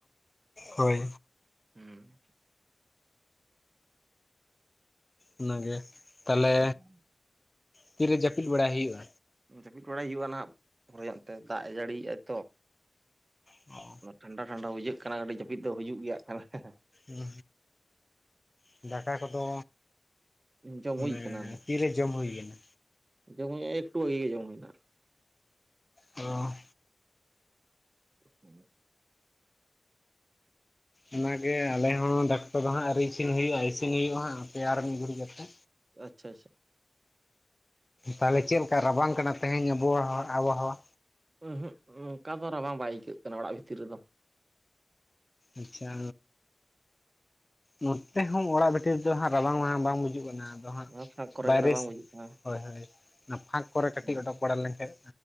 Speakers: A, on the left; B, on the right.
A: ᱦᱳᱭ᱾
B: ᱦᱩᱸ᱾
A: ᱚᱱᱟᱜᱮ ᱛᱟᱦᱞᱮ
B: ᱦᱩᱸ
A: ᱛᱤᱨᱮ ᱡᱟᱹᱯᱤᱫ ᱵᱟᱲᱟᱭ ᱦᱩᱭᱩᱜᱼᱟ?
B: ᱡᱟᱹᱯᱤᱫ ᱵᱟᱲᱟᱭ ᱦᱩᱭᱩᱜᱼᱟ ᱱᱟᱦᱟᱸᱜ ᱯᱚᱨᱚᱜᱛᱮ ᱫᱟᱜ ᱮ ᱡᱟᱹᱲᱤᱭᱟᱭ ᱛᱚ᱾
A: ᱦᱩᱸ
B: ᱴᱷᱟᱱᱰᱟ ᱴᱷᱟᱱᱰᱟ ᱵᱩᱡᱷᱟᱹᱜ ᱠᱟᱱᱟ ᱜᱟᱹᱰᱤ ᱡᱟᱹᱯᱤᱫ ᱫᱚ ᱦᱤᱡᱩᱜ ᱜᱮᱭᱟ ᱦᱟᱹᱜᱠᱷᱟᱱ᱾
A: ᱩᱸ ᱦᱩᱸ ᱫᱟᱠᱟ ᱠᱚᱫᱚ
B: ᱡᱚᱢ ᱦᱩᱭ
A: ᱢᱟᱱᱮ
B: ᱠᱟᱱᱟ ᱱᱟᱦᱟᱜ
A: ᱛᱤᱨᱮ ᱡᱚᱢ ᱦᱩᱭ ᱠᱟᱱᱟ?
B: ᱡᱚᱢ ᱦᱩᱭ ᱱᱟ ᱮᱠᱴᱩ ᱵᱷᱟᱹᱜᱤ ᱜᱮ ᱡᱚᱢ ᱦᱩᱭ ᱱᱟ᱾
A: ᱚ᱾
B: ᱦᱩᱸ
A: ᱚᱱᱟᱜᱮ ᱟᱞᱮ ᱦᱚᱸ ᱫᱟᱠᱟ ᱠᱚᱫᱚ ᱦᱟᱸᱜ ᱟᱣᱨ ᱤᱥᱤᱱ ᱦᱩᱭᱩᱜᱼᱟ ᱤᱥᱤᱱ ᱦᱩᱭᱩᱜᱼᱟ ᱦᱟᱸᱜ ᱯᱮ ᱟᱨ ᱢᱤᱫ ᱜᱷᱟᱲᱤᱡ ᱠᱟᱛᱮ᱾
B: ᱟᱪᱪᱷᱟ ᱪᱷᱟ᱾
A: ᱛᱟᱦᱚᱞᱮ ᱪᱮᱫᱞᱮᱠᱟ ᱨᱟᱵᱟᱝ ᱠᱟᱱᱟ ᱛᱮᱦᱮᱧ ᱟᱵᱚᱦᱟᱣᱟ ᱟᱵᱚᱦᱟᱣᱟ?
B: ᱩᱸᱦᱩᱸᱜ ᱚᱝᱠᱟ ᱫᱚ ᱨᱟᱵᱟᱝ ᱵᱟᱭ ᱟᱹᱭᱠᱟᱹᱜ ᱠᱟᱱᱟ ᱚᱲᱟᱜ ᱵᱷᱤᱛᱤᱨ ᱨᱮᱫᱚ᱾
A: ᱟᱪᱪᱷᱟ ᱱᱚᱛᱮ ᱦᱚᱸ ᱚᱲᱟᱜ ᱵᱷᱴᱤᱨ ᱨᱮᱫᱚ ᱦᱟᱸᱜ ᱨᱟᱵᱟᱝ ᱵᱟᱝ ᱜᱩᱡᱩᱜ ᱠᱟᱱᱟ, ᱟᱫᱚ ᱦᱟᱸᱜ
B: ᱚᱱᱟ ᱯᱷᱟᱸᱠ ᱠᱚᱨᱮ
A: ᱵᱟᱭᱨᱮᱤᱥ
B: ᱜᱮ ᱨᱟᱵᱟᱝ ᱵᱩᱡᱩᱜ ᱠᱟᱱᱟ
A: ᱦᱳᱭ ᱦᱳᱭ ᱚᱱᱟ ᱯᱷᱟᱸᱠ ᱠᱚᱨᱮ ᱠᱟᱹᱴᱤᱡ
B: ᱦᱮᱸ
A: ᱚᱰᱳᱚᱠ ᱵᱟᱲᱟ ᱞᱮᱱᱠᱟᱡ